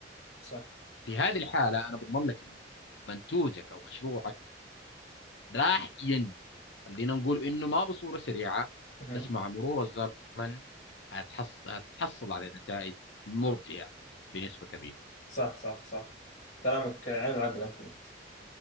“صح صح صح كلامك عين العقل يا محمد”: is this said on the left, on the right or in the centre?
Left